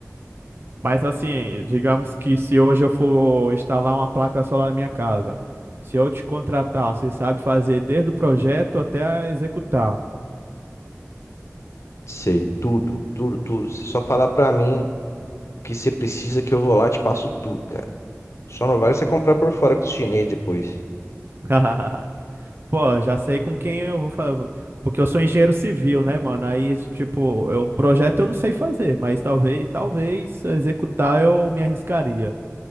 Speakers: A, on the right (about 45°); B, on the left (about 65°).
A: Mas assim, digamos que se hoje eu for instalar uma placa solar na minha casa, se eu te contratar, você sabe fazer desde o projeto até executar.
B: Sei, tudo, tudo, tudo. Se só falar pra mim o que você precisa que eu vou lá, e te passo tudo, cara. Só não vale você comprar
A: Pô,
B: por fora com os chineses depois.
A: <laughs> Pô, já sei com quem eu vou fazer. Porque eu sou engenheiro civil, né, mano? Aí, tipo, eu projeto eu não sei fazer, mas talvez, talvez executar eu me arriscaria.